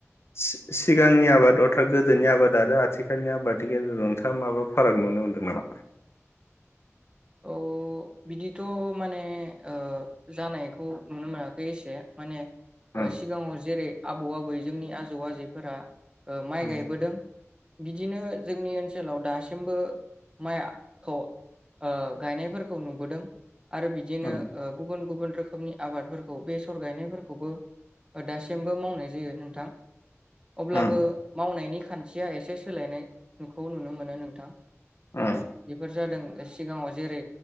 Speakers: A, on the left; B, on the right.
A: सि सिगांनि आबादावथा गोदोनि आबाद आरो आथिखालनि आबादनि गेजेराव नोंथाङा माबा फाराग नुनो मोनदों नामा?
B: औ बिदिथ माने ओ जानायखौ नुनो मोनाखै एसे माने ओ
A: उम
B: सिगाङाव जेरै आबौ आबै जोंनि आजौ आजैफोरा ओ माइ
A: उम
B: गायबोदों बिदिनो जोंनि ओनसो सोलाव दासिमबो माइखौ ओ गायनायफोरखौ नुबोदों। आरो बिदिनो
A: उम
B: ओ गुबुन गुबुन रोखोमनि आबादफोरखौ बेसर गायनायफोरखौबो दासिमबो मावनाय जायो नोंथां अब्लाबो
A: उम
B: मावनायनि खान्थिया एसे सोलायनायखौ नुनो मोनो नोंथां। ओ
A: उम
B: बेफोर जादों सिगाङाव जेरै